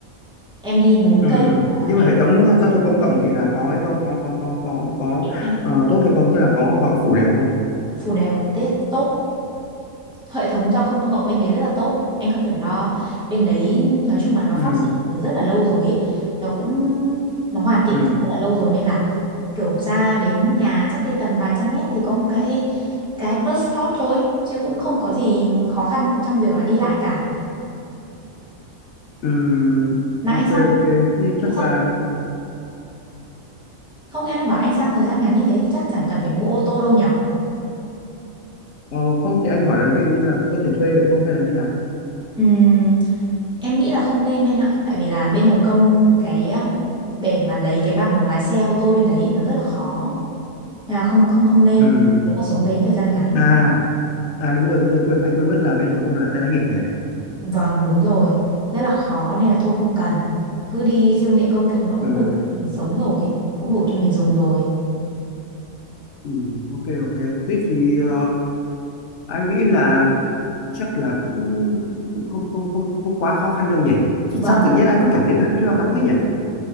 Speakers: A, in the centre; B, on the left (about 65°).
A: Em đi bốn
B: ừ.
A: cây mà
B: nhưng
A: em
B: mà hệ thống giao thông công cộng thì là có hay không có có có có có
A: tiện anh ạ.
B: ờ, tốt hay không tức là có họ có phủ đều không
A: phù đều tiết tốt. Hệ thống giao thông công cộng bên đấy rất là tốt, anh không phải lo. Bên đấy nói chung là nó
B: ừ.
A: phát triển từ rất là lâu rồi ấy. Nó cũng nó hoàn thiện
B: Ừ.
A: từ rất là lâu rồi nên là kiểu ra đến nhà chắc đi tầm vài trăm mét thì có một cái cái bus stop thôi chứ cũng không có gì khó khăn trong việc là đi lại cả
B: Ừ.
A: mà
B: ok
A: anh sang
B: ok thế thì chắc
A: anh sang
B: là
A: không em nó bảo anh sang thời gian ngắn như thế thì chắc chẳng cần phải mua ô tô đâu nhở
B: ờ, không thì anh hỏi là ví dụ như là có thể thuê được không hay là như nào
A: Ừm, em nghĩ là không nên anh ạ tại vì là bên Hồng Kông cái ờ, để mà lấy cái bằng lái xe ô tô bên đấy nó rất là khó Nên là không không không nên
B: ừ.
A: nếu mà sống đấy thời gian ngắn
B: à à đúng rồi đúng rồi quên anh quên mất là bên Hồng Kông là tay lái nghịch nhỉ
A: Vâng, đúng rồi. Rất là khó nên là thôi không cần. Cứ đi siêu tiện công cộng nó cũng
B: ừ.
A: đủ cho mình sống rồi, ấy, cũng đủ cho mình dùng rồi.
B: Ừ. ok ok thế thì ờ, anh nghĩ là chắc là cũng cũng không không không không quá khó khăn đâu nhỉ chứ
A: Vâng,
B: sao tự nhiên anh cứ cảm thấy là cái lo lắng ấy nhỉ